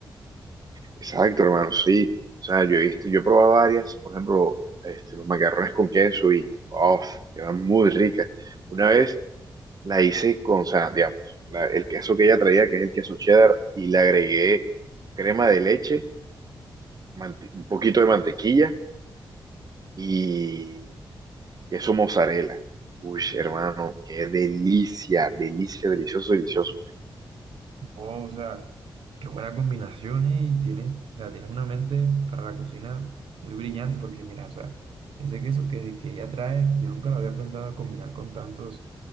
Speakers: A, on the right; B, on the right.
A: exacto, hermano, sí. O sea, yo he visto, yo he probado varias, por ejemplo, este, los macarrones con queso y, uff, quedan muy ricas. Una vez la hice con, o sea, digamos, la- el queso que ella traía, que es el queso cheddar, y le agregué crema de leche, mante- un poquito de mantequilla y queso mozzarella. Uy, hermano, qué delicia, delicia, delicioso, delicioso.
B: Oh, o sea. Qué buenas combinaciones y tienes, o sea, tienes una mente para la cocina muy brillante, porque mira, o sea, ese queso que, que ella trae, yo nunca lo había pensado combinar con tantos